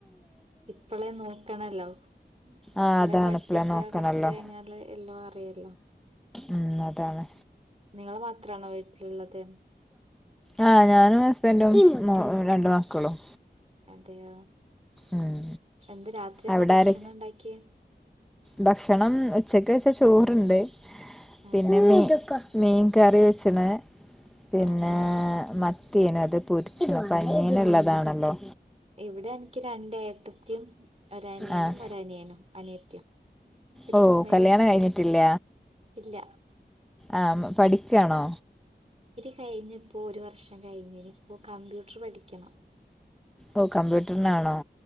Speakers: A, on the right; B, in the centre.
A: ഇപ്പളെ നോക്കണല്ലോ
B: ആഹ്
A: ഇപ്പളേ
B: അതാണ്പ്പളേ
A: പഠിപ്പിച്ചാ
B: നോക്കണല്ലോ
A: കൊറച്ച് കഴിഞ്ഞാല് എല്ലാം അറിയല്ലോ
B: ഉം അതാണ്
A: നിങ്ങള് മാത്രാണോ വീട്ടിലുള്ളത്
B: ആ ഞാനും ഹസ്ബന്റും മോ രണ്ടു മക്കളും
A: അതെയോ
B: ഉം
A: എന്താ രാത്രി എന്താ
B: അവിടെ
A: ഭക്ഷണണ്ടാക്കിയേ
B: ആര് ഭക്ഷണം ഉച്ചക്ക് വെച്ച ചോറ്ണ്ട് പിന്നെ
A: അതെയോ
B: മീ മീൻ കറി വെച്ച്ണ് പിന്നെ
A: ആഹ് ആഹ്
B: മത്തിയേന് അത് പൊര്ച്ച്ണ് പനീന്ള്ളതാണല്ലോ
A: ഇവിടെന്ക്ക് രണ്ടേട്ടത്ത്യും ഒരനിയനും
B: ആഹ്
A: ഒരനിയനും അനിയത്ത്യും പിന്നെ
B: ഓ
A: ഉമ്മയും
B: കല്യാണം
A: ഉപ്പയും
B: കഴിഞ്ഞിട്ടില്ല
A: ഇല്ല
B: ആ പഠിക്കാണോ?
A: കയ്ഞ്ഞ്പ്പോ ഒരു വർഷം കയ്ഞ്ഞ്നി ഇപ്പൊ കമ്പ്യൂട്ടർ പഠിക്കണം
B: ഓ കമ്പ്യൂട്ട്ർനാണോ?